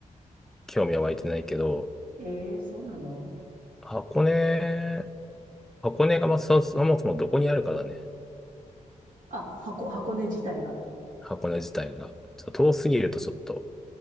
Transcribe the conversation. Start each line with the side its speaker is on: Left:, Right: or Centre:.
Centre: 興味は湧いてないけど、
Right: えーそうなの
Centre: 箱根、箱根が、まあ、そ、そもそもどこにあるかだね。
Right: あ、箱、箱根自体が。
Centre: 箱根自体が。ちょっと遠すぎるとちょっと、